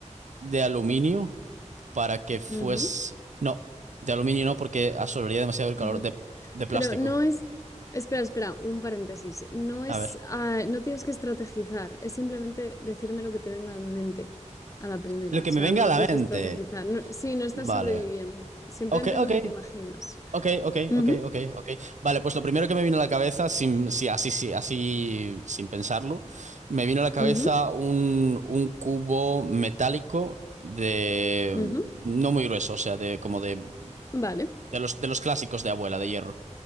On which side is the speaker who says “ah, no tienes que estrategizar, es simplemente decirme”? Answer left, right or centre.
Left